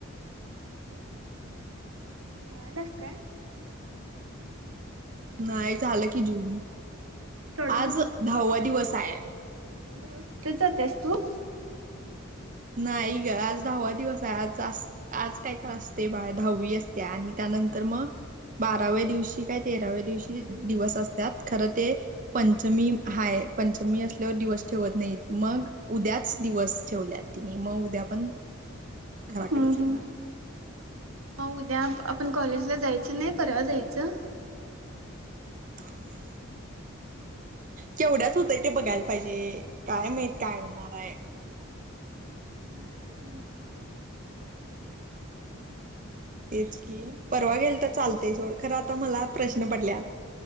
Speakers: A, on the right (about 85°); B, on the right (about 40°).
A: जेवाल्यास काय?
B: नाय झाल की जेऊन,
A: केवढ्या
B: आज दहावा दिवस हाय.
A: म रोज तिथेच जात्यास तू?
B: नाही ग, आज दहावा दिवस हाय आज आस आज काय तर असते बाळ दहावी असत्या, आणि त्या नंतर मग बाराव्या दिवशी काय तेराव्या दिवशी दिवस असत्यात खरं ते पंचमी हाय, पंचमी असल्यावर दिवस ठेवत नाहीत मग उद्याच दिवस ठेवल्यात तिनी, मग उद्या पण घराकडेच
A: हम्म
B: येणार
A: हम्म. मग उद्या आपण कॉलेजला जायचं नाही? परवा जायचं?
B: <inaudible> केवढ्याच हुतय ते बघायला पाहिजे काय माहित काय होणार आहे.
A: मला काय माहीत नाही ते की उशीर लागतंय.
B: तेच की परवा गेलं तर चालतंय सोड, खरं आता मला प्रश्न पडल्यात.